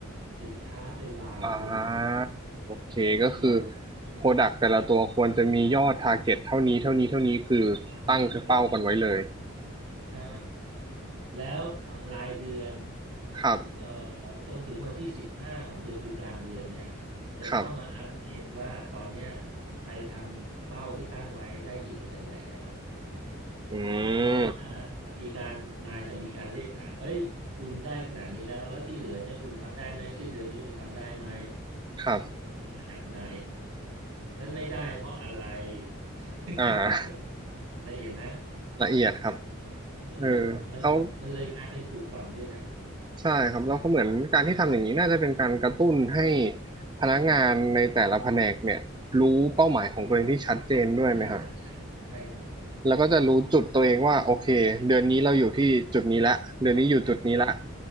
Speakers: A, on the right; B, on the right.
A: สินค้าเป็นลายตัว
B: อ่าโอเค ก็คือ
A: ละเอียดมาก
B: Product แต่ละตัวควรจะมียอด Target เท่านี้ เท่านี้ เท่านี้คือตั้งเป้ากันไว้เลย
A: ใช่ใช่ใช่แล้วรายเดือน
B: ครับ
A: เอ่อจนถึงวันที่สิบห้าของเดือนคือกลางเดือนเนี่ยจะต้องมาอัปเดตว่าตอนเนี้ย
B: ครับ
A: ใครทำเป้าที่ตั้งไว้ได้กี่เปอร์เซ็นต์แล้ว
B: อืม
A: เพราะว่าจะมีการนายจะมีการเรียกถามเอ้ยคุณได้ขนาดนี้แล้วแล้วที่เหลือเนี่ยคุณทำได้ไหมสิ้นเดือนนี้คุณจะทำได้ไหม
B: ครับ
A: มาจากไหน แล้วไม่ได้เพราะอะไร <laughs>
B: อ่า
A: ละเอียดนะ
B: ละเอียดครับ
A: เออ
B: เออ
A: มันมันเลยกลายเป็นปลูกฝังด้วยนะ
B: เขาใช่ครับแล้วก็เหมือนการที่ทำอย่างนี้น่าจะเป็นการกระตุ้นให้พนักงานในแต่ละแผนกเนี่ยรู้เป้าหมายของตัวเองที่ชัดเจนด้วยไหมฮะ
A: ใช่ใช่ใช่ครับใช่ครับ
B: แล้วก็จะรู้จุดตัวเองว่าโอเคเดือนนี้เราอยู่ที่จุดนี้ละเดือนนี้อยู่จุดนี้ละ
A: อืม